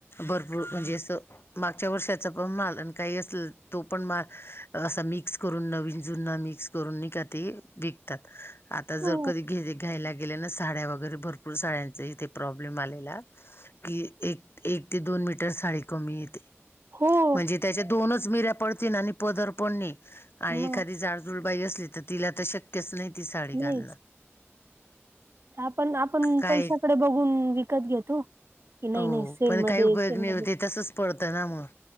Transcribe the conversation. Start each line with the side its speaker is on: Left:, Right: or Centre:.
Left: भरपूर म्हणजे असं मागच्या वर्षाचा पण माल आणि काही असल तो पण माल असा मिक्स करून नवीन जुना मिक्स करून न का ते विक, आता
Right: हो
Left: जर कधी घ घ्यायला गेले ना साड्या वगैरे भरपूर भरपूर साड्यांचा इथे प्रॉब्लेम आलेला. कि एक एक ते दोन मीटर साडी कमी येते.
Right: हो.
Left: म्हणजे त्याच्या दोनच निऱ्या पड आणि पदर पडणे आणि
Right: मग
Left: एखादी जा जुळबाई असली तर तिला आता शक्यच नाही ती साडी घालण.
Right: नाहीच आपण आपण
Left: काय
Right: पैशाकडे बघून विकत घेतो. कि नाही
Left: हो
Right: नाही सेल
Left: पण
Right: मध्ये
Left: काही उपयोग
Right: ए सेल
Left: नाही
Right: मध्ये
Left: होते तसच पडतं ना मग